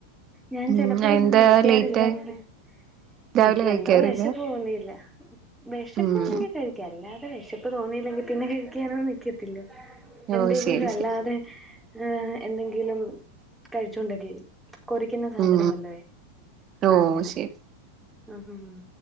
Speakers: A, in the centre; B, on the right.
A: ഞാൻ ചെലപ്പഴന്നും
B: ഉം എന്താ
A: കഴിക്കാറില്ലങ്ങനെ.
B: ലേറ്റ് രാവിലെ
A: എനിക്കെന്തോ
B: കഴിക്കാറില്ല
A: വെശപ്പോന്നില വെശക്കാന്നെങ്കി
B: ഉം
A: കഴിക്കും അല്ലാതെ വെശപ്പ് തോന്നിലങ്കി പിന്നെ കഴിക്കാനൊന്നും നിക്കത്തില്ല എന്തെങ്കിലും
B: ഓ ശരി
A: അല്ലാതെ
B: ശരി
A: ഏ എന്തെങ്കിലും കഴിച്ചോണ്ടോക്കെ കൊറിക്കുന്ന സാധനം
B: ഉം
A: വല്ലവേ
B: ഓ
A: അങ്ങനെ
B: ശരി
A: ഉം ഉം ഉം